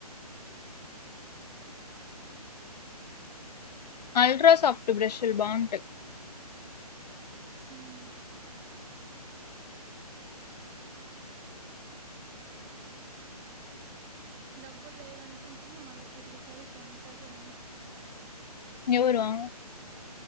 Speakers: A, on the left (about 80°); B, on the right (about 15°).
A: అల్ట్రాసాఫట్ బ్రెషల్ బాగుంటాయ్
B: ఉమ్ డబ్బులు లేదంటుంటాది మళ్ళా తిరుగుతది కొంటంది అన్ని
A: ఎవరు ఆమ